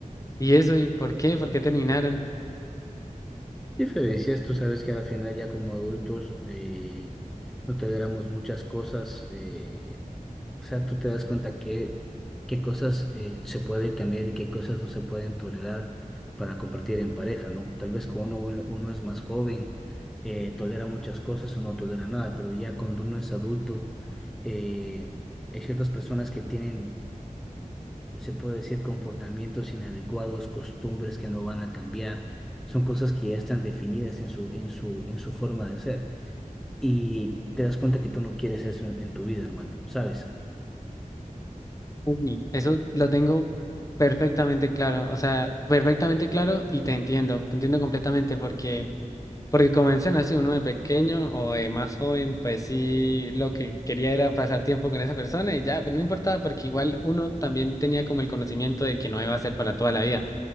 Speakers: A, on the left; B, in the centre.
A: ¿Y eso y por qué? ¿Por qué terminaron?
B: Diferencias, tú sabes que al final ya como adultos eh, no toleramos muchas cosas, eh, o sea, tú te das cuenta que qué cosas eh, se puede cambiar y qué cosas no se pueden tolerar para compartir en pareja, ¿no? Tal vez cuando uno, uno es más joven eh, tolera muchas cosas o no tolera nada, pero ya cuando uno es adulto eh, hay ciertas personas que tienen se puede decir, comportamientos inadecuados, costumbres que no van a cambiar. Son cosas que ya están definidas en su, en su, en su forma de ser. Y te das cuenta que tú no quieres eso en, en tu vida, hermano, ¿sabes?
A: Uy, eso lo tengo perfectamente claro. O sea, perfectamente claro y te entiendo. Te entiendo completamente porque Porque como mencionas, si uno de pequeño o de más joven, pues sí, lo que quería era pasar tiempo con esa persona y ya, pues no importaba, porque igual uno también tenía como el conocimiento de que no iba a ser para toda la vida.